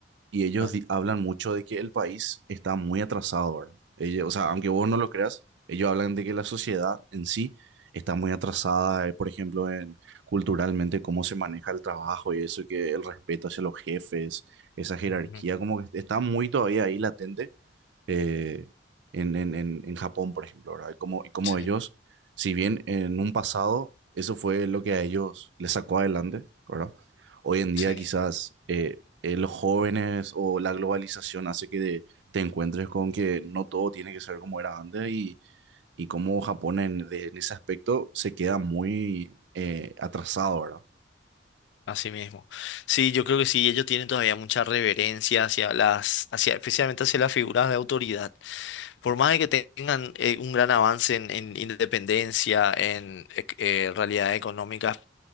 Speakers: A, on the right; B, on the left.
A: Y ellos
B: claro.
A: di- hablan mucho de que el país está muy atrasado, ¿verdad? Ellos- o sea, aunque vos no lo creas, ellos hablan de que la sociedad en sí está muy atrasada, eh, por ejemplo, en culturalmente cómo se maneja el trabajo y eso, que el respeto hacia los jefes, esa jerarquía,
B: Ujú.
A: como que está muy todavía ahí latente eh, en, en, en, en Japón, por ejemplo, ¿verdad? Y como, y como
B: Sí,
A: ellos, si bien en un pasado eso fue lo que a ellos les sacó adelante, ¿verdad? Hoy en día
B: sí.
A: quizás eh, eh, los jóvenes o la globalización hace que de- te encuentres con que no todo tiene que ser como era antes y, y como Japón en, de- en ese aspecto se queda muy eh, atrasado, ¿verdad?
B: Así mismo. Sí, yo creo que sí, ellos tienen todavía mucha reverencia hacia las, hacia, especialmente hacia las figuras de autoridad. Por más de que tengan eh, un gran avance en, en independencia, en ec- eh, realidad económica,